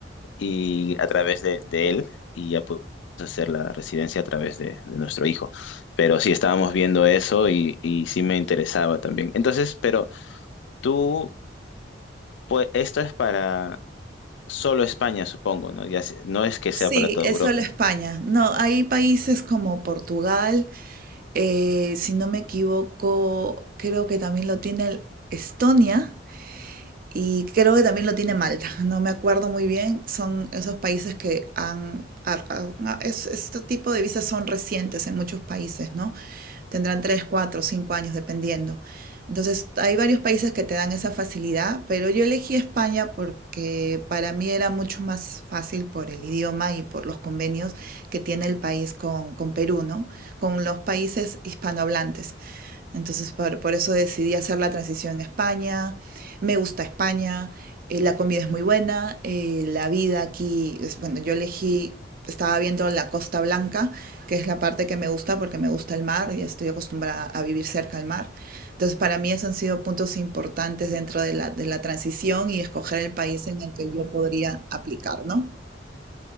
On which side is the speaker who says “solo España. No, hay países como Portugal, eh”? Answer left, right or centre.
Right